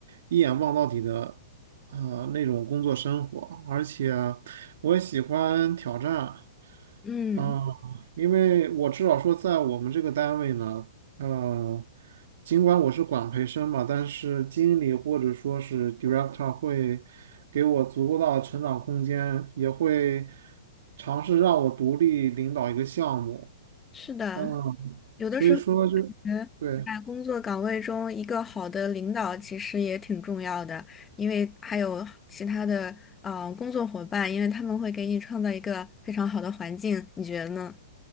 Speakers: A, on the right; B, on the left.
A: 一眼望到底的呃那种工作生活，而且我也喜欢挑战。
B: 嗯，
A: 啊，因为我至少说，在我们这个单位呢，呃，尽管我是管培生嘛，但是经理或者说是 director 会给我足够大的成长空间，也会尝试让我独立领导一个项目。
B: 是的，
A: 嗯，
B: 有的时候我感觉在工作岗位中，
A: 所以说就，对，
B: 一个好的领导其实也挺重要的，因为还有其他的呃工作伙伴，因为他们会给你创造一个非常好的环境，你觉得呢？